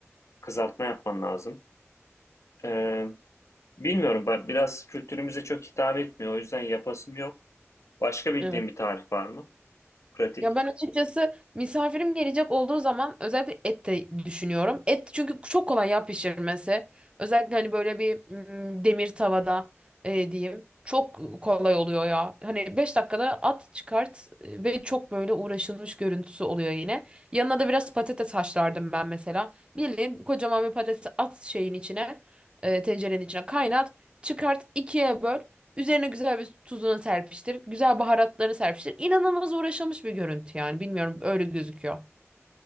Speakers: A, on the left (about 80°); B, on the right (about 20°).
A: kızartma yapman lazım. Ee, Bilmiyorum, ben biraz kültürümüze çok hitap etmiyor. O yüzden yapasım yok. Başka bildiğin
B: Evet.
A: bir tarif var mı? Pratik.
B: Ya ben açıkçası misafirim gelecek olduğu zaman özellikle et de düşünüyorum. Et çünkü çok kolay ya pişirmesi. Özellikle hani böyle bir mm, demir tavada e, diyeyim. Çok kolay oluyor ya. Hani 5 dakikada at çıkart e, ve çok böyle uğraşılmış görüntüsü oluyor yine. Yanına da biraz patates haşlardım ben mesela. Bildiğin kocaman bir patatesi at şeyin içine, e, tencerenin içine kaynat, çıkart, ikiye böl. Üzerine güzel bir tuzunu serpiştir. Güzel baharatları serpiştir. İnanılmaz uğraşılmış bir görüntü yani. Bilmiyorum öyle gözüküyor.